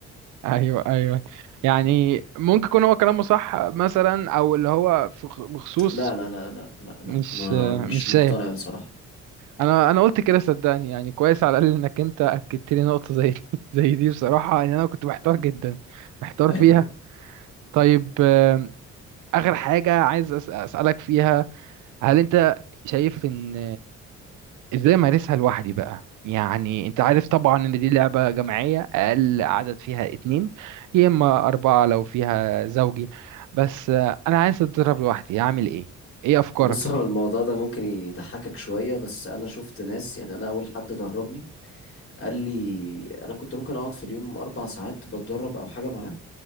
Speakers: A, on the right (about 80°); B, on the left (about 45°).
A: ايوه ايوه يعني ممكن يكون هو كلامه صح مثلا او اللي هو في خ- بخصوص
B: لا لا لا لا لا لا
A: مش
B: ما مش
A: مش
B: مقتنع
A: شايف
B: بصراحة
A: انا انا قلت كده صدقني يعني كويس على الاقل انك انت اكدت لي نقطه زي دي <laughs> زي دي بصراحه ان انا كنت محتار جدا محتار
B: <laughs>
A: فيها طيب آم، اخر حاجه عايز أس- اسالك فيها هل انت شايف ان ازاي امارسها لوحدي بقى يعني انت عارف طبعا ان دي لعبة جماعية اقل عدد فيها اتنين يا اما اربعة لو فيها زوجي بس آه، انا عايز اتدرب لوحدي اعمل ايه ايه افكارك
B: بص هو الموضوع ده ممكن يضحكك شوية بس أنا شفت ناس يعني أنا أول حد دربني قال لي انا كنت ممكن اقعد في اليوم اربع ساعات بتدرب او حاجه معاه